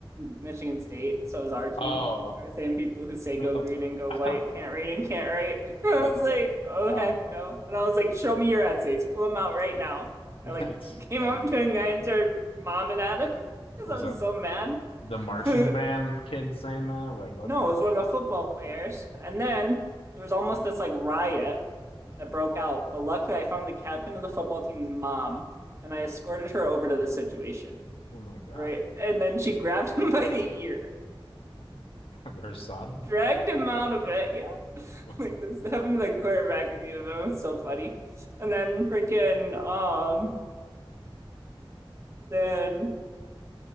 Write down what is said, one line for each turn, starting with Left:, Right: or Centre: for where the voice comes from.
Right: Michigan State, so is our team.
Left: Oh,
Right: Like they're the same people who say
Left: no.
Right: go green and go
Left: <laughs>
Right: white, can't read and can't write. <laughs> I
Left: That's
Right: was like,
Left: so,
Right: oh
Left: wow.
Right: heck no. And I was like, show me your essays, pull them out right now.
Left: <laughs>
Right: I like
Left: That's
Right: <laughs> came
Left: oh,
Right: up to a guy and turned mom and at him <laughs> because
Left: was
Right: I
Left: that
Right: was so mad. <laughs>
Left: the marching
Right: no, it
Left: band kid saying that? Like what?
Right: was
Left: what-
Right: one of
Left: Oh,
Right: the football players. And then there was almost this like riot that broke out. But luckily, I found the captain of the football team's mom and I escorted her over to the situation.
Left: oh my God,
Right: Right. And then she <laughs> grabbed him by the ear
Left: <laughs> their son
Right: dragged
Left: or
Right: him out of it. Yeah. <laughs>
Left: what?
Right: Like this happened
Left: <laughs>
Right: to the quarterback of U of M. It's so funny. And then freaking um then